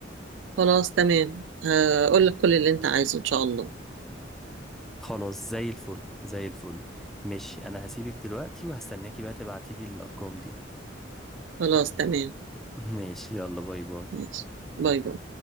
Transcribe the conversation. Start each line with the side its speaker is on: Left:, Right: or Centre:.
Right: خلاص تمام آه، اقول لك كل اللي انت عايزه ان شاء الله
Centre: خلاص زي الفل زي الفل ماشي انا هسيبك دلوقتي وهستناكي بقى تبعتيلي الارقام دي
Right: خلاص تمام
Centre: <laughs> ماشي يلا باي باي
Right: ماشي باي باي